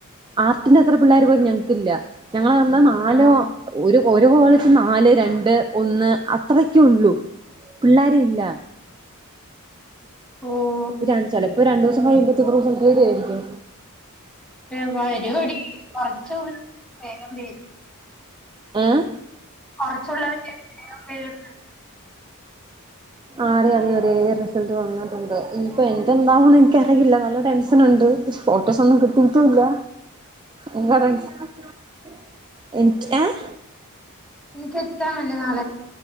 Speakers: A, on the right (about 20°); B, in the centre.
A: ആർട്ടിന്റെ അത്ര പിള്ളേര് പോലും ഞങ്ങക്കല്ല. ഞങ്ങള് പർഞ്ഞ നാലോ
B: ആ
A: ഒരു ഒരു കോളേജിന്ന് നാല് രണ്ട് ഒന്ന്. അത്രക്കെ ഉള്ളു പിള്ളാര് ഇല്ല.
B: ഓ
A: ഇപ്പ രൺ ചെലപ്പൊ രണ്ടുസം കയ്യുമ്പഴേത്തേക്കും റിസൾട്ട് വരുവായിരിക്കും
B: റ്റ് വരുവോടി കൊറച്ചൊന്ന് <unintelligible> വേഗം വെരും ഏ <unintelligible>
A: ഏഹ്
B: കൊറച്ചുള്ളവരുടെ റിസൾട്ട് വേഗം വെരും
A: ആടി അതെ അതെ റിസൾട്ട് വന്ന്ട്ട്ണ്ട് ഇനിയിപ്പൊ എനിക്ക് എന്താവണ് എനിക്കറിയില്ല നല്ല ടെൻഷന് ഉണ്ട്. ഫോട്ടോസൊന്നും കിട്ടിട്ടൂല്ല നിനക്ക് അവ്ടെ എക്സാം അല്ലെ നാളെ ഇൻക്ക് ഏഹ്
B: നിനക്ക് എക്സാം അല്ലെ നാ